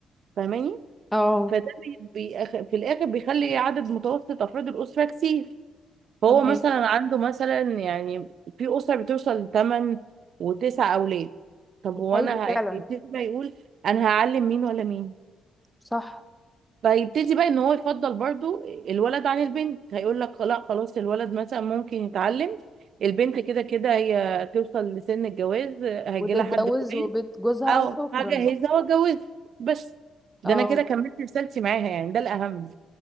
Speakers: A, on the right; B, in the centre.
A: فاهماني
B: اه
A: فده بي بيأخ- في الاخر بيخلي عدد متوسط افراد الاسره كتير فهو
B: تمام
A: مثلا عنده مثلا يعني في اسره بتوصل لثمان وتسع اولاد طب
B: ده
A: وانا
B: حقيقي فعلا
A: هيبتدي بقى يقول انا هعلم مين ولا مين
B: صح
A: فيبتدي بقى ان هو يفضل برضو الولد عن البنت هيقول لك لا خلاص الولد مثلا ممكن يتعلم البنت كده كده هي توصل لسن الجواز هيجي
B: وتتجوز
A: لها حد كويس
B: وبيت جوزها
A: او
B: وشكرا
A: هجهزها واتجوزها بس ده
B: اه
A: انا كده كملت رسالتي معاها يعني ده الاهم